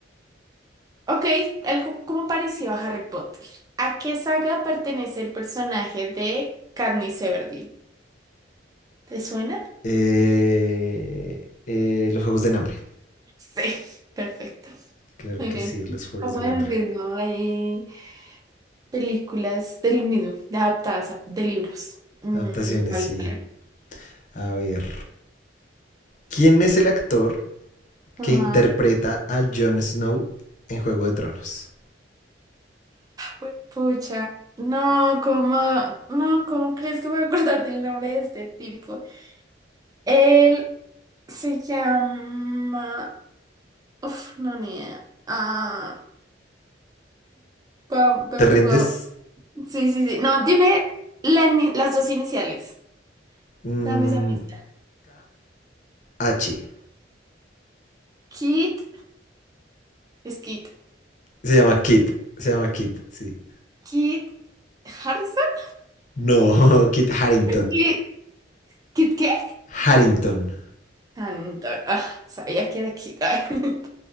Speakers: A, on the right; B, on the left.
A: Ok, algo como parecido a Harry Potter. ¿A qué saga pertenece el personaje de Katniss Everdeen? ¿Te suena?
B: Eh, eh, los Juegos del Hambre.
A: Sí, perfecto.
B: Claro
A: Muy
B: que
A: bien.
B: sí, los Juegos
A: Como
B: del
A: el
B: Hambre.
A: mismo, hay películas del mismo, de adaptadas a- de libros. Mm,
B: Adaptaciones,
A: vale,
B: sí.
A: vale.
B: A ver. ¿Quién es el actor
A: Ajá.
B: que interpreta a Jon Snow en Juego de Tronos?
A: Pues, pucha, no, ¿cómo, no, ¿cómo crees que voy a acordar del nombre de este tipo? Él se llama... Uf, no, ni idea. Ah, Bob, Bob,
B: ¿Te rindes?
A: Bob. Sí, sí, sí. No, dime la ni- las dos iniciales.
B: Mm,
A: Dame esa pista.
B: K.H.
A: Kit, es Kit.
B: Se llama Kit. Se llama Kit, sí.
A: Kit Harrison.
B: No, <laughs> Kit Harrington.
A: Kit, ¿Kit qué?
B: Harrington.
A: Anton. Ah, sabía que era Kit. <laughs>